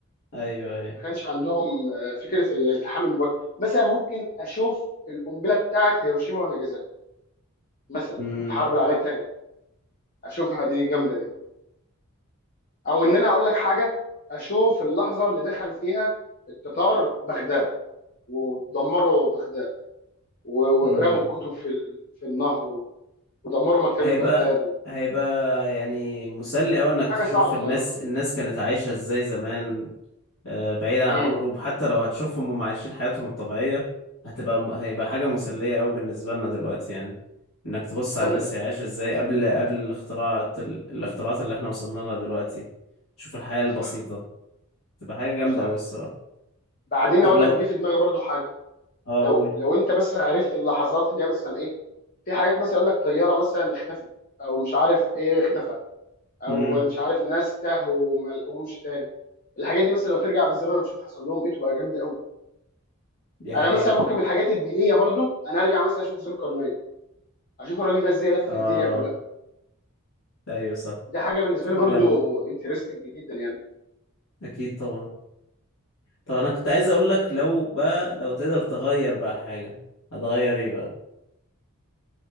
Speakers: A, on the left; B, on the left.
A: ايوه ايوه
B: ما كانش عندهم آه، فكره الالتحام المباشر مثلا ممكن اشوف القنبله بتاعه هيروشيما وناجازاكي مثلا
A: امم
B: في الحرب العالميه الثانيه اشوفها دي جامده دي او ان انا اقول لك حاجه اشوف اللحظه اللي دخل فيها التتار بغداد ودمروا بغداد و-
A: امم
B: ورموا الكتب في ال- في النهر و- ودمروا مكتبة
A: هيبقى
B: بغداد و-
A: هيبقى يعني مسلي أوي إنك
B: حاجة
A: تشوف
B: صعبة
A: الناس
B: يعني.
A: الناس كانت عايشة ازاي زمان آه، بعيدا عن
B: امم
A: الحروب حتى لو هتشوفهم هم عايشين حياتهم الطبيعية هتبقى م- هيبقى حاجة مسلية أوي بالنسبة لنا دلوقتي يعني إنك تبص على
B: جامدة
A: الناس هي عايشة ازاي قبل قبل الاختراعات ال- الاختراعات اللي احنا وصلنا لها دلوقتي تشوف الحياة البسيطة
B: صح
A: تبقى حاجة جامدة
B: صح
A: أوي الصراحة
B: بعدين
A: طب
B: اقول
A: لو
B: لك جه في دماغي برضو حاجة
A: اه
B: لو
A: أقول
B: لو انت مثلا عرفت اللحظات اللي هي مثلا ايه في حاجات مثلا يقول لك طيارة مثلا اختفت او مش عارف ايه اختفى او
A: امم
B: مش عارف ناس تاهوا وما لقوهمش تاني الحاجات دي مثلا لو ترجع بالزمن وتشوف حصل لهم ايه تبقى جامدة قوي
A: دي حقيقة
B: انا مثلا ممكن من الحاجات الدينية برضو انا ارجع مثلا اشوف ذو القرنين اشوف الراجل ده ازاي لف
A: اه
B: الدنيا كلها
A: أيوة صح
B: دي حاجة بالنسبة
A: تبقى
B: لي برضو
A: جامدة
B: انترستنج جدا يعني
A: أكيد طبعا طب أنا كنت عايز أقول لك لو بقى لو تقدر تغير بقى حاجة هتغير إيه بقى